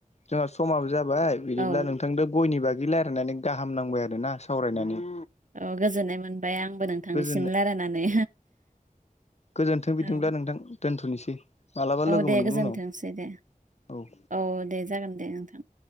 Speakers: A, on the left; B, on the right.
A: जोंहा समाबो जाबाय बिदिब्ला
B: औ
A: नोंथांजों गयनि बागै रायलायनानै गाहाम नांबाय आरो ना सावरायनानै
B: औ गोजोननाय मोनबाय आंबो नोंथांनिसिम
A: गोजोन
B: रायलायनानै
A: गोजोन्थों बिदिब्ला
B: औ
A: नोंथां दोनथ'नोसै मालाबा
B: औ
A: लोगो
B: दे
A: मोनगोन
B: गोजोनथोंसै
A: उनाव
B: दे
A: औ
B: औ दे जागोन दे नोंथां